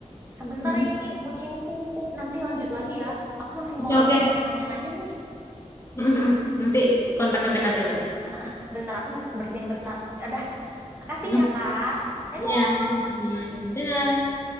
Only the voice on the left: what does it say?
Hmm.
Oke
oke.
<laughs> Nanti kontak-kontak aja lagi.
Hmm.
Ya, sama-sama. Dadah.